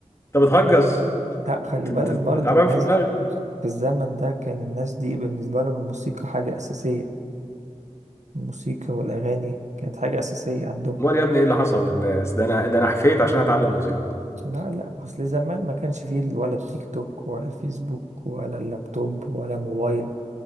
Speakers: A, on the left; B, on the right.
A: انت بتهجص
B: لا
A: انت
B: خلي بالك
A: انت-
B: برضو
A: انت تعبان
B: الناس
A: في دماغك
B: دي في الزمن ده كان الناس دي بالنسبة لهم الموسيقى حاجة أساسية الموسيقى والأغاني كانت حاجة أساسية عندهم
A: امال يا ابني ايه اللي حصل للناس ده انا ده انا حفيت عشان اتعلم موسيقى
B: لا لا أصل زمان ما كانش فيه ولا التيك توك ولا الفيسبوك ولا اللابتوب ولا موبايل